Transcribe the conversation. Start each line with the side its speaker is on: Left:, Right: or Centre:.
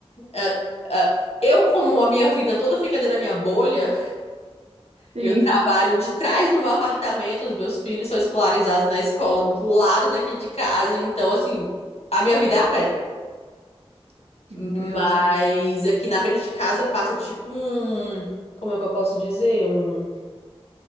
Left: É, é, eu, como a minha vida toda fica dentro da minha bolha,
Right: Sim,
Left: eu trabalho de trás do meu apartamento, os meus filhos são escolarizados na escola do lado daqui de casa, então, assim, a minha vida é a pé.
Right: <laughs>
Left: Mas
Right: justo.
Left: aqui na frente de casa passa tipo um, como é que eu posso dizer? Um,